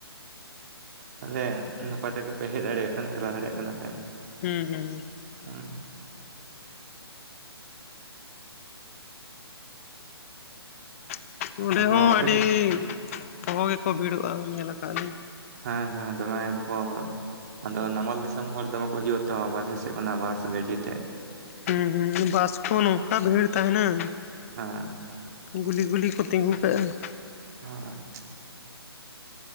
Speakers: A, on the right; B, on the left.
A: ᱛᱟᱦᱚᱞᱮ ᱱᱟᱯᱟᱭ ᱛᱮᱜᱮ ᱯᱮ ᱦᱮᱡ ᱫᱟᱲᱮᱭᱟᱜ ᱠᱟᱱᱟ, ᱪᱟᱞᱟᱣ ᱫᱟᱲᱮᱭᱟᱜ ᱠᱟᱱᱟ ᱯᱮ᱾
B: ᱦᱩᱸ ᱦᱩᱸ᱾
A: ᱦᱮᱸ᱾
B: <unintelligible> ᱚᱸᱰᱮ
A: ᱟᱫᱚ
B: ᱦᱚᱸ
A: ᱟᱯᱮ
B: ᱟᱹᱰᱤ
A: ᱥᱮᱫ
B: ᱯᱚᱦᱚ ᱜᱮ ᱠᱚ ᱵᱷᱤᱲᱚᱜᱼᱟ ᱧᱮᱞ ᱟᱠᱟᱜ-ᱟ ᱞᱤᱞ᱾
A: ᱦᱮᱸ ᱦᱮᱸ ᱫᱚᱢᱮ ᱜᱮ ᱠᱚ ᱟᱫᱚ ᱱᱟᱢᱟᱞ ᱫᱤᱥᱚᱢ ᱦᱚᱲ ᱫᱚᱢᱮ ᱠᱚ ᱦᱤᱡᱩᱜᱼᱟ ᱛᱚ ᱵᱟᱨᱦᱮ ᱥᱮᱫ ᱠᱷᱱᱟᱜ ᱵᱟᱥ ᱜᱟᱹᱰᱤ ᱛᱮ᱾
B: ᱦᱩᱸ ᱦᱩᱸ, ᱵᱟᱥ ᱠᱚ ᱱᱚᱝᱠᱟ ᱵᱷᱤᱲ ᱛᱟᱦᱮᱱᱟ ᱾
A: ᱦᱮᱸ ᱾
B: ᱜᱩᱞᱤ ᱜᱩᱞᱤ ᱠᱚ ᱛᱤᱸᱜᱩ ᱠᱟᱜᱼᱟ ᱾
A: ᱦᱮᱸ